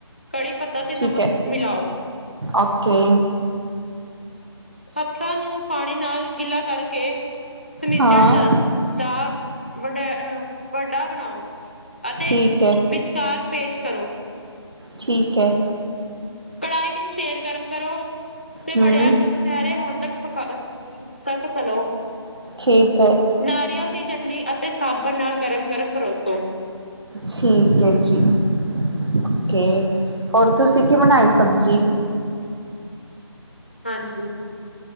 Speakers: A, on the left; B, on the right.
A: ਕੜ੍ਹੀ ਪੱਤਾ ਤੇ ਨਮਕ
B: ਠੀਕ ਹੈ
A: ਮਿਲਾਓ।
B: ਓਕੇ
A: ਹੱਥਾਂ ਨੂੰ ਪਾਣੀ ਨਾਲ ਗਿੱਲਾ ਕਰਕੇ ਸਮਿਜਣ
B: ਹਾਂ
A: ਦ ਦਾ ਵਡ ਅ ਵੱਡਾ ਬਣਾਓ ਅਤੇ
B: ਠੀਕ ਹੈ
A: ਵਿਚਕਾਰ ਪੇਸਟ ਕਰੋ।
B: ਠੀਕ ਹੈ।
A: ਕੜਾਹੀ ਵਿੱਚ ਤੇਲ ਗਰਮ ਕਰੋ ਤੇ
B: ਹਮ
A: ਵੜਿਆਂ ਨੂੰ ਸੁਨਹਿਰੇ ਹੋਣ ਤੱਕ ਪਕ ਅ ਤੱਕ ਤਲੋ।
B: ਠੀਕ ਹੈ
A: ਨਾਰੀਅਲ ਦੀ ਚਟਨੀ ਅਤੇ ਸਾਂਬਰ ਨਾਲ ਗਰਮ-ਗਰਮ ਪਰੋਸੋ।
B: ਠੀਕ ਹੈ ਜੀ। ਓਕੇ, ਹੋਰ ਤੁਸੀਂ ਕੀ ਬਣਾਈ ਸਬਜੀ?
A: ਹਾਂਜੀ।